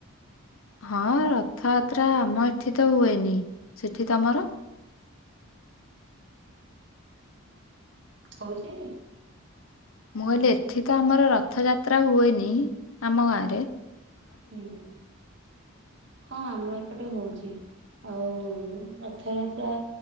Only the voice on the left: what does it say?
ହଁ ରଥଯାତ୍ରା ଆମ ଏଠି ତ ହୁଏନି ସେଠି ତମର?
ମୁଁ କହିଲି ଏଠି ତ ଆମର ରଥଯାତ୍ରା ହୁଏନି ଆମ ଗାଁ ରେ।